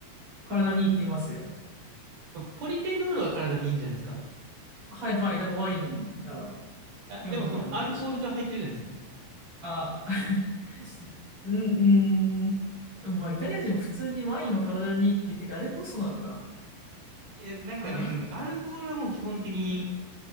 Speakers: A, on the right; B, on the right.
A: 体にいいって言いますよ。
B: ポリフェノールは体にいいんじゃないですか
A: はいはい。だからワインなら
B: あ、
A: 良いのではないでしょうか。
B: でもそのアルコールが入ってるじゃないですか。
A: あ、<laughs> うん、うん。まあ、イタリア人も普通にワインは体にいいって言ってるけど、あれも嘘なのかな。
B: え、なんかね、
A: あら、
B: うん、アルコールはもう基本的に